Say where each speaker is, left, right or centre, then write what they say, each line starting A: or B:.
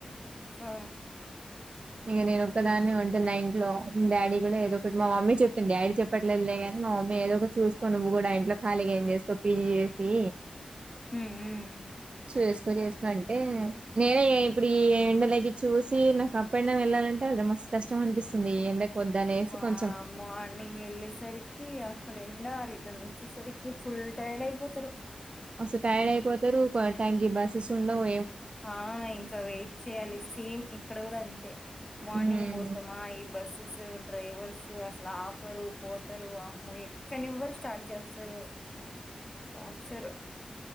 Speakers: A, on the left; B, on the right.
A: ఆ
B: ఇక నేను ఒక్కదాన్ని ఉంటున్నా ఇంట్లో డాడీ కూడా ఏదో ఒకటి మా మమ్మీ చెప్తుంది డాడీ చెప్పట్లేదులే గాని మా మమ్మీ ఏదో ఒకటి చూసుకో నువ్వు కూడా ఇంట్లో ఖాళీగా ఏం చేస్తావు పీజీ చూసి
A: హు ఉమ్
B: చేస్కో చేసుకో అంటే నేనే ఇప్పుడు ఈ ఎండలోకి చూసి నాకు ఉపండవ్ వెళ్ళాలంటే అది మస్తూ కష్టం అనిపిస్తుంది ఈ ఎండకు వద్దనేసి
A: వ
B: కొంచెం
A: మార్నింగ్ ఎల్లేసరికి అక్కడ ఎండా ఎ వచ్చేరికి ఫుల్ టైర్డ్ అయిపోతారు
B: మస్త్ టైర్డ్ అయిపోతారు బా టైంకి బసెస్ ఉండవ్
A: ఆ ఇంకా వెయిట్ చేయాలి సేమ్ ఇక్కడ కూడా అంతే మార్నింగ్
B: ఉమ్,
A: పోతామా ఈ బస్సెస్ డ్రైవర్స్ అసలు ఆపరు పోత్ రు అమ్మో ఎక్కనివ్వరు స్టార్ట్ చేస్తారు టార్చర్